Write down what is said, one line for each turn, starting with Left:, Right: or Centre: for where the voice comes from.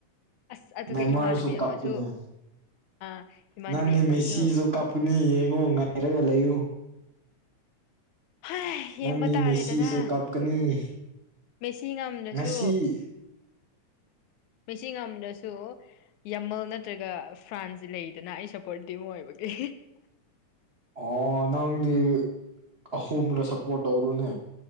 Left: ꯑꯁ ꯑꯗꯨꯒ
Right: ꯃꯥꯏꯃꯔꯁꯨ
Left: ꯏꯃꯥꯟꯅꯕꯤ
Right: ꯀꯥꯞꯄꯤꯅꯦ
Left: ꯑꯃꯁꯨ ꯑꯥ ꯏꯃꯥꯟꯅꯕꯤ
Right: ꯅꯪꯒꯤ
Left: ꯑꯃꯁꯨ
Right: ꯃꯦꯁꯤꯁꯨ ꯀꯞ ꯀꯨꯅꯤ ꯌꯦꯏꯉꯣ ꯉꯏꯔꯒ ꯂꯩꯌꯨ
Left: ꯍꯥꯏ
Right: ꯅꯪꯒꯤ
Left: ꯌꯦꯡꯕ ꯇꯥꯔꯦꯗꯅ
Right: ꯃꯦꯁꯤꯁꯨ ꯀꯥꯞꯀꯅꯤ
Left: ꯃꯦꯁꯤ ꯉꯝꯗ꯭ꯔꯁꯨ
Right: ꯉꯁꯤ
Left: ꯃꯦꯁꯤ ꯉꯝꯗꯔꯁꯨ ꯌꯥꯃꯜ ꯅꯠꯇ꯭ꯔꯒ ꯐ꯭ꯔꯥꯟꯁꯦ ꯂꯩꯗꯅ ꯑꯩ ꯁꯞꯄꯣꯔ ꯇꯤꯝ ꯑꯣꯏꯕꯒꯤ
Right: ꯑꯣ ꯅꯪꯗꯤ ꯑꯍꯨꯝꯗ ꯁꯞꯄꯣꯔꯠ ꯇꯧꯔꯨꯅꯦ